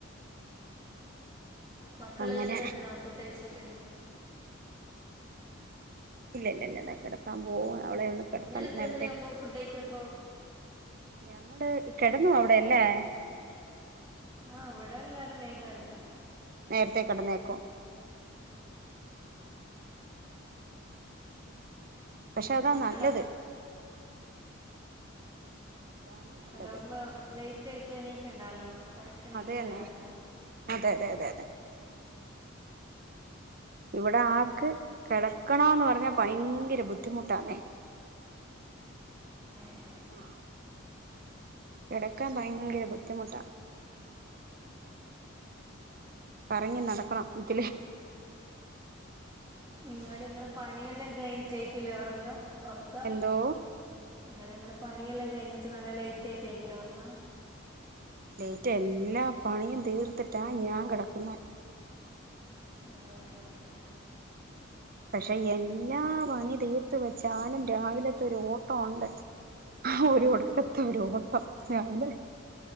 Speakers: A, on the right; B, on the right.
A: മക്കളെല്ലാം
B: അങ്ങനെ
A: കെട്ന്നാ ഫുഡൈച്ചിട്ട്
B: ഇല്ല ഇല്ല ഇല്ല ഇതാ കിടക്കാൻ പോകവും അവളെ കിടത്തണം
A: ഇങ്ങള് എത്ര
B: നേരത്തെ
A: മണിയാകുമ്പോ ഫുഡൈക്കപ്പോ?
B: ഞങ്ങള് കെടന്നു അവിടെയല്ലേ
A: ആഹ് ഇവടെ എല്ലാരും വേഗം കെടക്കും
B: നേരത്തേ കടന്നേക്കും പക്ഷെ അതാ
A: നിങ്ങളെ
B: നല്ലത് അതാണ് നല്ലത്
A: അതമ്മ ലൈറ്റ് റ്റയ്റ്റ് എണീക്കണ്ടാലോ കറക്റ്റ് എണീക്കല്ല
B: അതേന്നെ
A: രാവിലെ
B: അതെ അതെ അതെ അതെ ഇവിടെ ആക്ക് കിടക്കണോന്ന് പറഞ്ഞാ ഭയങ്കര ബുദ്ധിമുട്ടാന്നേ
A: ഏ
B: ആ കെടക്കാൻ ഭയങ്കര ബുദ്ധിമുട്ടാ കറങ്ങി നടക്കണം ഇതിലെ
A: ഇങ്ങള് ഇങ്ങളെ പണിയെല്ലാം കഴിഞ്ഞിട്ടായിക്കല്ലേ ഉറങ്ങാ ഉറക്ക്ആ
B: എന്തോ
A: ഇങ്ങളിങ്ങളെ പണിയെല്ലാം കഴിഞ്ഞി നല്ല ലേറ്റ് ആയിട്ടായിരിക്കുല്ലേ ഒറങ്ങാ
B: ലേറ്റ് എല്ലാ പണിയും തീർത്തിട്ടാ ഞാൻ കെടക്കുന്നേ
A: ഉം.
B: പക്ഷെ എല്ലാ പണി തീർത്ത് വെച്ചാലും രാവിലത്തെ ഒരു ഓട്ടോ ഉണ്ട് ഒരു ഒട് കത്തെ ഒരു ഓട്ടം രാവിലെ